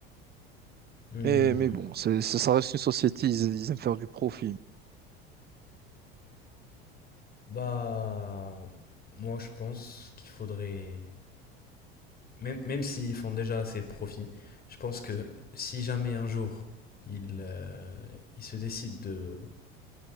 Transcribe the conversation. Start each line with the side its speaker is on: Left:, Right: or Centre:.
Left: Hmm.
Right: Mais, mais bon, c'est, ça ça reste une société, ils, ils aiment faire du profit.
Left: Bah, moi je pense qu'il faudrait, même, même s'ils font déjà assez de profit, je pense que si jamais un jour ils, euh, ils se décident de,